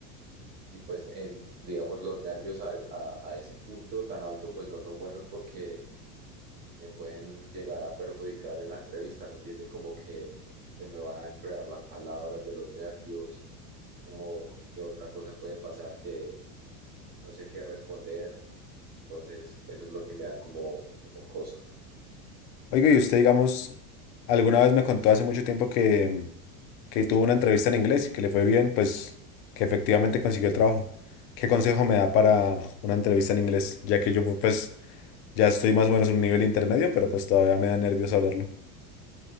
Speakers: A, on the right; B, on the left.
A: y pues en, digamos los nervios a, a- a ese punto tan alto pues no son buenos porque me pueden llegar a perjudicar en la entrevista, ¿me entiende Como que se me van a entregar las palabras de los nervios o qué otra cosa puede pasar que no sé qué responder. Entonces eso es lo que me da como, como cosa.
B: Oiga, y usted, digamos, alguna vez me contó hace mucho tiempo que que tuvo una entrevista en inglés y que le fue bien, pues que efectivamente consiguió el trabajo. ¿Qué consejo me da para una entrevista en inglés? Ya que yo pues ya estoy más o menos en un nivel intermedio, pero pues todavía me da nervios hablarlo.